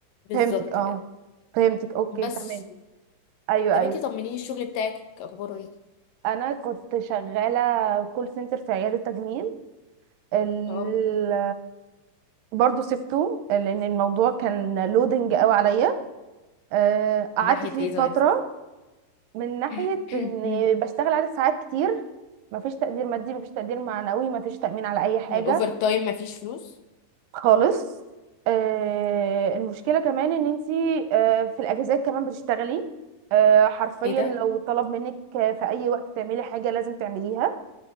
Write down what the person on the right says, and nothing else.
فهمتك اه
فهمتك اوكي
تمام ايوه
ايوه
انا كنت شغاله كول سنتر في عياده تجميل ال...
برضه سبته لان الموضوع كان لودنج قوي عليا آه، قعدت
فيه
فتره من ناحيه
اني بشتغل
عدد ساعات كتير مفيش تقدير مادي مفيش تقدير معنوي مفيش تأمين على اي حاجه
خالص آه، المشكلة كمان ان انتي آه، في الاجازات كمان بتشتغلي آه، حرفيا
لو طلب منك آه، في اي وقت تعملي حاجة لازم تعمليها